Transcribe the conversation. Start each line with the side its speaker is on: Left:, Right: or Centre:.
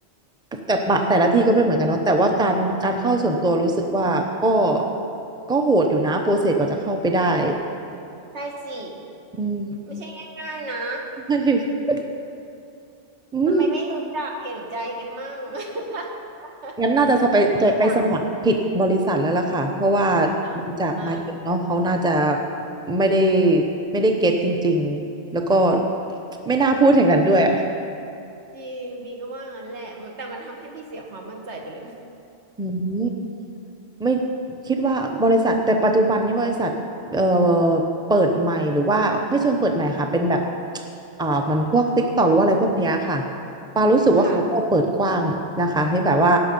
Centre: แต่บะแต่ละที่ก็ไม่เหมือนกันเนาะแต่ว่าการการเข้าส่วนตัวรู้สึกว่าก็ก็โหดอยู่นะโปรเซสกว่าจะเข้าไปได้
Right: ใช่สิ
Centre: อืม
Right: ไม่ใช่ง่ายๆนะ
Centre: ใช่อืม
Right: ทำไมไม่รู้จักเห็นใจกันมั่ง <laughs>
Centre: งั้นน่าจะไปจะไปสมัครผิดบริษัทแล้วล่ะค่ะเพราะว่า
Right: อยากอ่าอ่า
Centre: ดูจาก mindset เนาะเขาน่าจะไม่ได้ไม่ได้เก็ตจริงๆแล้วก็ไม่น่าพูดอย่างนั้นด้วยอะ
Right: จริงบีก็ว่างั้นแหละมันแต่มันทำให้บีเสียความมั่นใจไปเลยนะ
Centre: อืม ไม่คิดว่าบริษัทแต่ปัจจุบันนี้บริษัทเอ่อเปิดใหม่หรือว่าไม่เชิงเปิดใหม่ค่ะเป็นแบบอ่ามันพวกติ๊กต็อหรือว่าอะไรพวกเนี้ยค่ะปารู้สึกว่าเขาก็เปิดกว้างนะคะที่แบบว่า
Right: ค่ะ